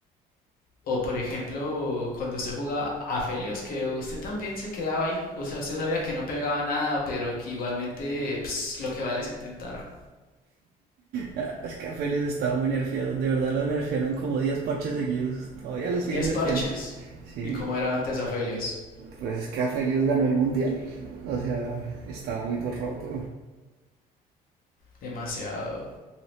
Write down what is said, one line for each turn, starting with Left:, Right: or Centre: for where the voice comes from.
Left: O por ejemplo, cuando usted jugaba a Felios, que usted también se quedaba ahí. O sea, usted sabía que no pegaba nada, pero que igualmente pues, lo que vale es intentar.
Right: Ah, Es que a Félix estaba muy nerfeado, de verdad lo nerfearon como 10 parches seguidos, todavía lo siguen
Left: diez
Right: nerfeando.
Left: parches
Right: Sí,
Left: y como era antes Afelios.
Right: pues es que a Félix ganó el mundial, o sea, estaba muy do- roto.
Left: Demasiado.